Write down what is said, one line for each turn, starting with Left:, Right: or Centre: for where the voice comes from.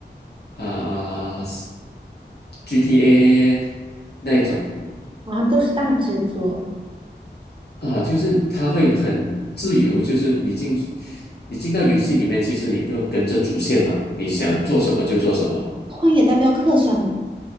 Left: 啊、GTA 那一种
Right: 啊，都是大制作。
Left: 啊、就是它会很自由，就是你进你进到游戏里面，其实你不用跟着主线嘛，你想做什么就做什么，
Right: 荒野大镖客算吗？